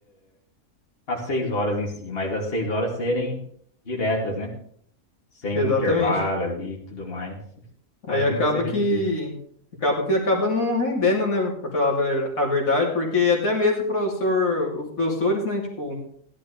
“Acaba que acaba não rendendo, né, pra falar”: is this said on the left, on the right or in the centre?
Left